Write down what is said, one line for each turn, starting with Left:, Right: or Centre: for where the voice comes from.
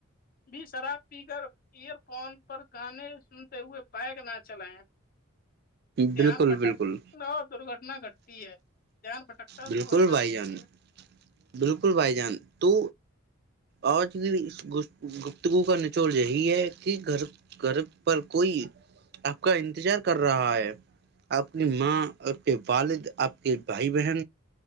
Left: بھی شراب پ کرر ایئر فون پر گانے سنتے ہوئے بیگ نہ چلائے دھیان
Right: بالکل
Left: بٹک
Right: بالکل
Left: ن درگٹنا گٹ تی ہے <unintelligible> بھٹکتا اور
Right: بالکل
Left: درگھٹنا
Right: بھائی
Left: گھٹتی
Right: جان
Left: ہے
Right: بالکل بھائی جان تو اورج بھی اس گفتگو کا نچوڑ یہی ہے کہ گھر گھر پر کوئی آپ کا انتظار کر رہا ہے آپ کی ماں آ کے والد آپ کے بھائی بہن